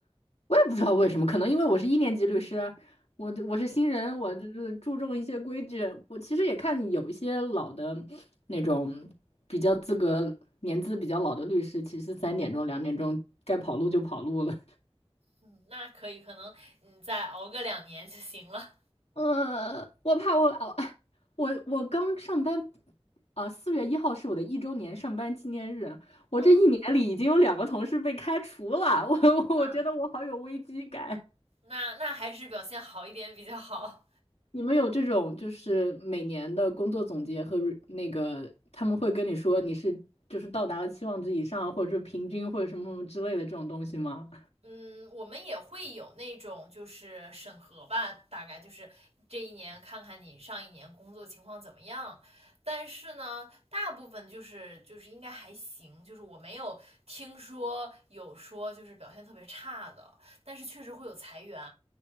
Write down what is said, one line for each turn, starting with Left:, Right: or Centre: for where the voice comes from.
Left: 我也不知道为什么，可能因为我是一年级律师，我我是新人，我就是注重一些规矩。我其实也看有一些老的那种比较资格、年资比较老的律师，其实三点钟、两点钟该跑路就跑路了。
Right: 嗯，那可以，可能你再熬个两年就行了。
Left: 呃，我怕我哦，<laughs> 我我刚上班，啊、呃四月一号是我的一周年上班纪念日，我这一年里已经有两个同事被开除了，
Right: 嗯
Left: <laughs> 我我觉得我好有危机感。
Right: 啊，那那还是表现好一点比较好。
Left: 你们有这种就是每年的工作总结和 re- 那个他们会跟你说你是就是到达了期望值以上，或者是平均或者什么什么之类的这种东西吗？
Right: <laughs> 嗯，我们也会有那种就是审核吧，大概就是这一年看看你上一年工作情况怎么样。但是呢，大部分就是就是应该还行，就是我没有听说有说就是表现特别差的，但是确实会有裁员。